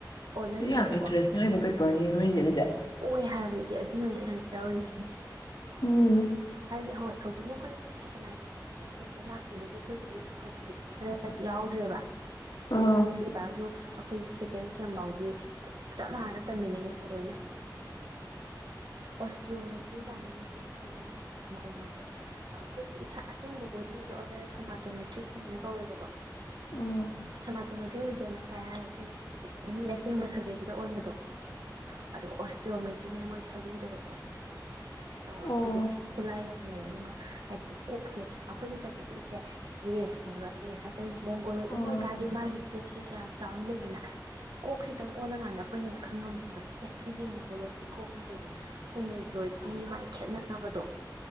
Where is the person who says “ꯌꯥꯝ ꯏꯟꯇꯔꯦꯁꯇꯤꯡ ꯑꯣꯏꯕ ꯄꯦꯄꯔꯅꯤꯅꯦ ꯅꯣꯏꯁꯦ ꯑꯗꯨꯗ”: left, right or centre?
Left